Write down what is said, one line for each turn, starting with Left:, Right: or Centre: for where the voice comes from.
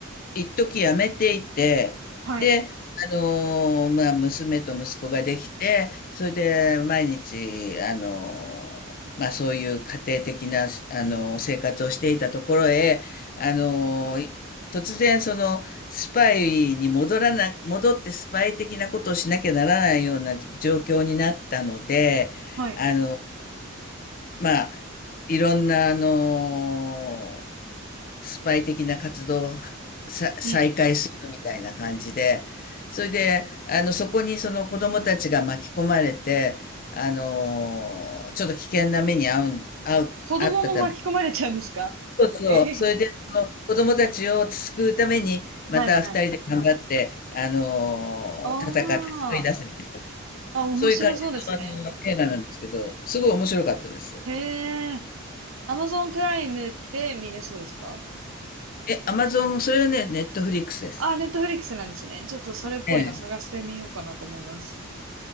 Left: 一時辞めていて、
Right: はい。
Left: で、あの、まあ、娘と息子ができて、それで毎日、あの、まあ、そういう家庭的な、あの、生活をしていたところへ、あの、突然、その、スパイに戻らな、戻ってスパイ的なことをしなきゃならないような状況になったので、
Right: はい。
Left: あの、まあ、いろんな、あの、スパイ的な活動をさ、再開するみたいな感じで、
Right: うん。
Left: それで、あの、そこにその子供たちが巻き込まれて、あのーちょっと危険な目に遭う、遭う、
Right: 子供も巻き込まれちゃうんですかええ
Left: 遭ったため、そうそう、それで、その子供たちを救うために、また二人で頑張って、
Right: はい、はい。
Left: あのー戦って救い出すみたいな、
Right: ああ。あ、面白そうですね。
Left: そういう感じの、あのー映画なんですけど、すごい面白かったです。
Right: へえ。Amazon プライムって見れそうですか
Left: え、アマゾン、それはね、ネットフリックスです。
Right: あ、ネットフリックスなんですね。ちょっとそれっぽいの探してみようかなと思います。
Left: ええ